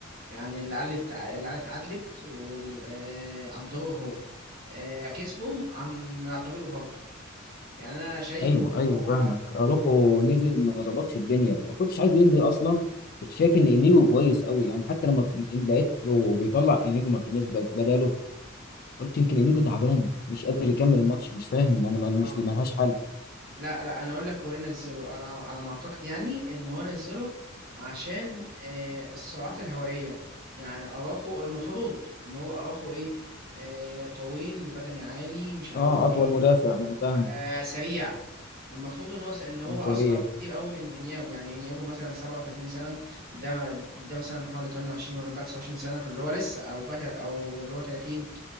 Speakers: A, on the right; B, on the left.
A: يعني اللي علت اللي علت عدلت وال... آه، عن طريقه هو آه، كسبهم عن عن طريقه برضه يعني انا شايف
B: ايوه ايوه
A: ان هو
B: فاهمك اروخو نزل ما ظبطش الدنيا ما كنتش عايزه ينزل اصلا كنت شايف ان انيجو كويس قوي يعني حتى لما ت- إن لقيته بيطلع انيجو مارتينيز ب- بداله قلت يمكن انيجو تعبان مش قادر يكمل الماتش مش فاهم انا ما- مش
A: اه
B: ملهاش حل
A: لا لا انا اقول لك هو ليه نزله انا على ما اعتقد يعني ان هو نزله عشان آه، السرعات الهوائيه يعني اراخو المفروض ان هو اراخو ايه آه، طويل بدني عالي مش عارف
B: اه اطول
A: ايه
B: مدافع ما انا فاهمك
A: آه سريع المفروض ان هو س- ان هو
B: وسريع
A: اصعب كتير قوي من انياجو يعني انياجو مثلا 37 سنه ده ده مثلا حوالي 28 ولا 29 سنه فاللي هو لسه او بقى تل- او اللي هو 30